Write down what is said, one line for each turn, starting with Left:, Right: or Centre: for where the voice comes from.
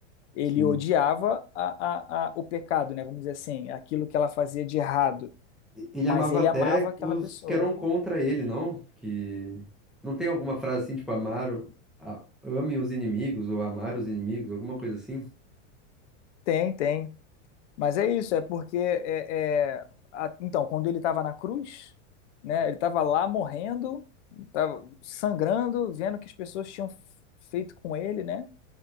Left: Ele
Centre: sim.
Left: odiava a, a, a- o pecado, né? Vamos dizer assim, aquilo que ela fazia de errado,
Centre: E- Ele
Left: mas
Centre: amava
Left: ele
Centre: até
Left: amava aquela
Centre: os
Left: pessoa.
Centre: que eram contra ele, não? Que não tem alguma frase assim, tipo, amar, o- a- ame os inimigos ou amar os inimigos, alguma coisa assim?
Left: Tem, tem. Mas é isso, é porque é, é, a- então quando ele estava na cruz, né? Ele estava lá morrendo, estava sangrando, vendo o que as pessoas tinham feito com ele, né?